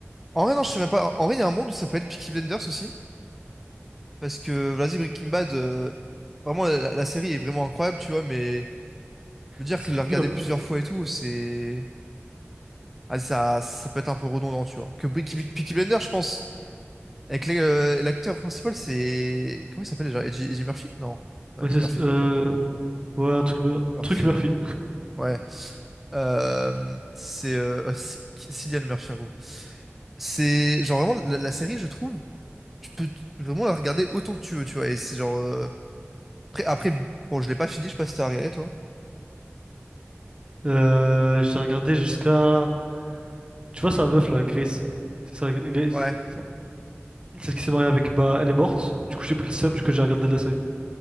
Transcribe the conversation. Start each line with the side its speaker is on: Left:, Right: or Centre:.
Centre: En vrai, non, je sais même pas. En vrai, il y a un monde où ça peut être Peaky Blinders aussi. Parce que, vas-y, Breaking Bad, euh, vraiment, la, la série est vraiment incroyable, tu vois, mais me dire
Right: Ça
Centre: que de
Right: fait
Centre: la regarder
Right: vieux un
Centre: plusieurs
Right: peu.
Centre: fois et tout, c'est. Ah, ça, ça peut être un peu redondant, tu vois. Que Peaky, Peaky Blinders, je pense, avec les- euh, l'acteur principal, c'est. Comment il s'appelle déjà? Eddie, Eddie Murphy? Non. Non,
Right: Ouais,
Centre: Eddie
Right: c'est,
Centre: Murphy.
Right: euh, ouais, un truc, Mur-
Centre: Murphy.
Right: truc Murphy.
Centre: Ouais. Euh, c'est. euh, ouais, c'est- Cillian Murphy, en gros. C'est genre vraiment la, la série, je trouve, tu peux t- vraiment la regarder autant que tu veux, tu vois. Et c'est genre euh, après, après, bon, je l'ai pas fini, je sais pas si t'as regardé toi.
Right: Euh, j'ai regardé jusqu'à. Tu vois, sa meuf là, Grace. C'est ça, G- Grace.
Centre: Ouais.
Right: ça. C'est ce qui s'est marié avec. Bah, elle est morte. Du coup, j'ai pris le seum, du coup, j'ai regardé la série.